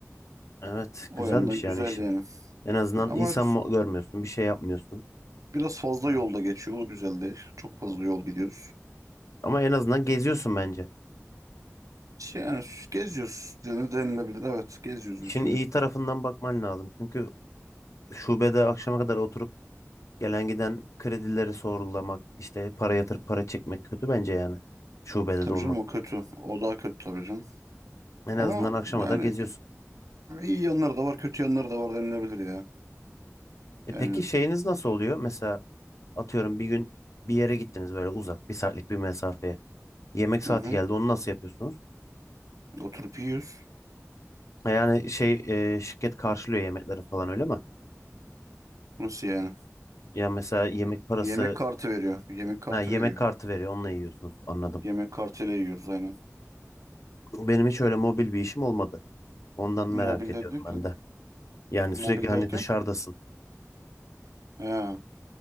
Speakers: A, on the left; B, on the right.
A: Evet,
B: O
A: güzelmiş
B: yandan
A: yani
B: güzel
A: işin.
B: yani.
A: En azından
B: Ama
A: insan mı görmüyorsun, bir şey yapmıyorsun.
B: biraz fazla
A: Yani.
B: yolda geçiyor o güzel değil. Çok fazla yol gidiyoruz.
A: Ama en azından geziyorsun bence.
B: İşte Yani geziyoruz dene- denilebilir evet geziyoruz
A: İşin
B: bütün
A: iyi
B: gün.
A: tarafından bakman lazım. Çünkü şubede akşama kadar oturup gelen giden kredileri sorgulamak, işte para yatırıp para çekmek kötü bence yani. Şubede
B: Tabii
A: de olmak.
B: canım o kötü o daha kötü tabii canım.
A: En
B: Ama
A: azından akşama
B: yani
A: kadar geziyorsun.
B: iyi yanları da var kötü yanları da var denilebilir ya.
A: E
B: Yani
A: peki şeyiniz nasıl oluyor? Mesela atıyorum bir gün bir yere gittiniz böyle uzak, bir saatlik bir mesafeye. Yemek saati
B: Hı hı.
A: geldi, onu nasıl yapıyorsunuz?
B: Oturup yiyoruz.
A: E Yani şey e, şirket karşılıyor yemekleri falan öyle mi?
B: Nasıl yani?
A: Yani mesela yemek
B: Y-
A: parası,
B: Yemek kartı veriyor. Yemek kartı
A: ha, yemek
B: veriyor.
A: kartı veriyor onunla yiyorsunuz anladım.
B: Yemek kartıyla yiyoruz aynen.
A: Benim hiç öyle mobil bir işim olmadı. Ondan merak
B: Mobilde
A: ediyorum
B: derken?
A: ben de. Yani
B: Mobil
A: sürekli hani
B: derken?
A: dışarıdasın.
B: He.